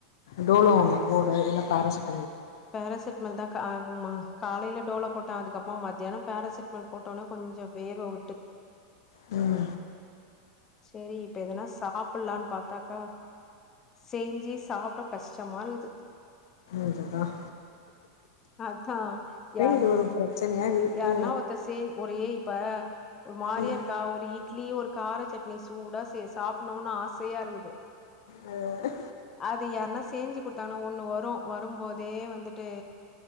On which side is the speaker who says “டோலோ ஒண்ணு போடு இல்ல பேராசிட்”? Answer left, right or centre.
Left